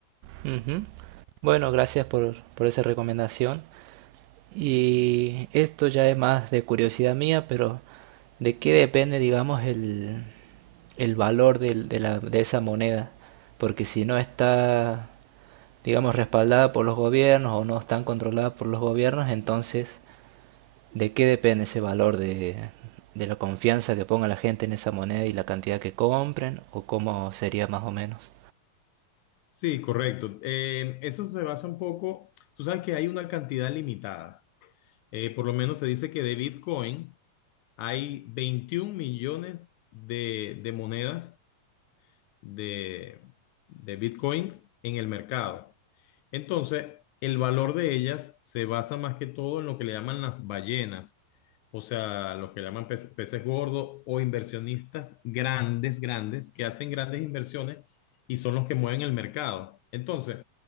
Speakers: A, on the right; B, on the left.
A: Ujú. Bueno, gracias por, por esa recomendación. Y esto ya es más de curiosidad mía, pero ¿de qué depende, digamos, el, el valor de de, la- de esa moneda? Porque si no está, digamos, respaldada por los gobiernos o no están controladas por los gobiernos, entonces, ¿de qué depende ese valor de, de la confianza que ponga la gente en esa moneda y la cantidad que compren? ¿O cómo sería más o menos?
B: Sí, correcto. Eh, eso se basa un poco, tú sabes que hay una cantidad limitada. Eh, por lo menos se dice que de Bitcoin Hay 21 millones de, de monedas de, de Bitcoin en el mercado. Entonces, el valor de ellas se basa más que todo en lo que le llaman las ballenas, o sea, los que le llaman pe- peces gordos o inversionistas grandes, grandes, que hacen grandes inversiones y son los que mueven el mercado. Entonces,